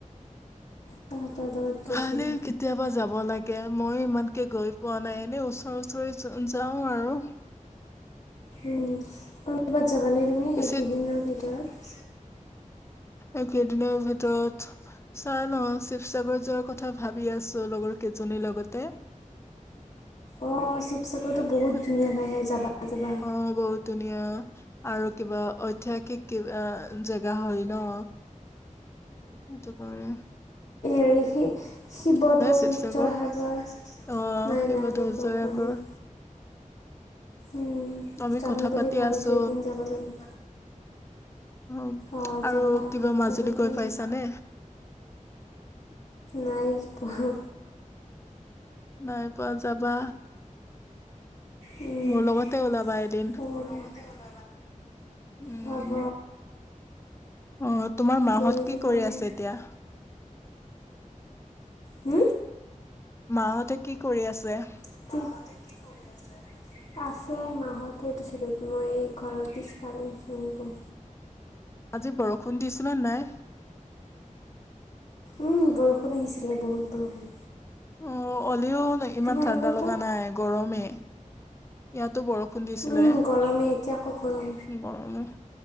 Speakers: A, on the left; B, on the left.
A: তাহাঁতৰ লগত গৈছিলোঁ
B: ভালে কিট কেতিয়াবা যাব লাগে। মই ইমানকে গৈ পোৱা নাই, এনেই ওচৰ ওচৰে য যাওঁ আৰু।
A: উম, কৰবাত যাবানে তুমি
B: পিছে
A: এইকেইদিনৰ ভিতৰত?
B: এইকেইদিনৰ ভিতত চাই লওঁ, শিৱসাগৰ যোৱাৰ কথা ভাবি আছোঁ লগৰকেইজনীৰ লগতে।
A: অ' শিৱসাগৰটো বহুত
B: ক'ত
A: ধুনীয়া ঠাই হয়, যাবা যাবা।
B: অ' বহুত ধুনীয়া আৰু কিবা ঐতিহাসিক কিবা জেগা হয় ন! সেইটোকাৰনে
A: ৰে সি শিৱদৌল,
B: শিৱসাগৰ
A: জয়সাগৰ
B: অ
A: নাই
B: শিৱদৌল
A: নাই মই গৈ পোৱা
B: আগৰ
A: নাই উম,
B: আমি
A: যাম
B: কথা
A: বুলি
B: পাতি
A: ভাবিছোঁ,
B: আছো
A: এদিন যাব লাগিব।
B: অ,
A: অ'
B: আৰু
A: যাবা
B: কিবা মাজুলী
A: যাব
B: গৈ
A: পাৰিম
B: পাইছানে
A: নাই পঢ়া।
B: নাই পোৱা যাবা,
A: উম,
B: মোৰ লগতে ওলাবা এদিন।
A: <unintelligible>
B: উম
A: হ'ব।
B: অ' তোমাৰ মাহঁত
A: লৈ
B: কি
A: যাবা
B: কৰি
A: মোক।
B: আছে এতিয়া?
A: হম?
B: মাহঁতে কি কৰি আছে?
A: <unintelligible> আছে মাহঁত সেইটো ছাইডত, মই এই ঘৰৰ পিছফালে হেৰিতো
B: আজি বৰষুণ দিছে নে নাই?
A: উম, বৰষুণ আহিছিলে, বহুত বৰষুণ।
B: অ' অলেওঁ ইমান
A: তোমালোকৰ
B: ঠাণ্ডা লগা
A: তাত?
B: নাই, গৰমে। ইয়াতো বৰষুণ দিছিলে
A: উম গৰমেই এতিয়া আকৌ গৰম
B: গৰমে